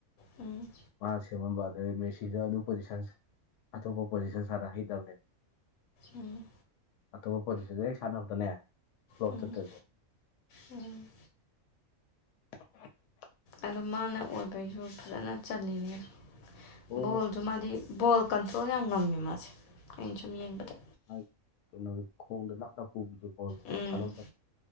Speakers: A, on the left; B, on the left.
A: ꯎꯝ
B: ꯃꯥꯅ ꯁꯦꯝꯃꯝꯕ ꯑꯗꯨꯩ ꯃꯦꯁꯤꯁꯨ ꯑꯗꯨ ꯄꯣꯖꯤꯁꯟ ꯑꯇꯣꯞꯄ ꯄꯣꯖꯤꯁꯟ ꯁꯥꯗ ꯍꯩꯇꯕꯅꯦ
A: ꯎꯝ
B: ꯑꯇꯣꯞꯄ ꯄꯣꯖꯤꯁꯟꯁ ꯍꯦꯛ ꯁꯥꯟꯅꯕꯗꯅꯦ ꯐ꯭ꯂꯣꯞ
A: ꯎꯝ
B: ꯆꯠꯇꯣꯏ
A: ꯎꯝ
B: <unintelligible>
A: ꯑꯗꯨ ꯃꯥꯅ ꯑꯣꯏꯕꯒꯤꯁꯨ ꯐꯖꯅ ꯆꯜꯂꯤꯅꯤ
B: ꯑꯣ
A: ꯕꯣꯜꯁꯨ ꯃꯥꯗꯤ ꯕꯣꯜ ꯀꯟꯇ꯭ꯔꯣꯜ ꯌꯥꯝ ꯉꯝꯃꯦ ꯃꯥꯁꯦ ꯑꯩꯅ ꯁꯨꯝ ꯌꯦꯡꯕꯗ
B: ꯃꯥꯒꯤ ꯀꯩꯅꯣ ꯈꯣꯡꯗ ꯅꯞꯅ ꯄꯨꯕꯤꯗꯣ ꯕꯣꯜ
A: ꯎꯝ
B: ꯊꯥꯗꯣꯛꯇꯥ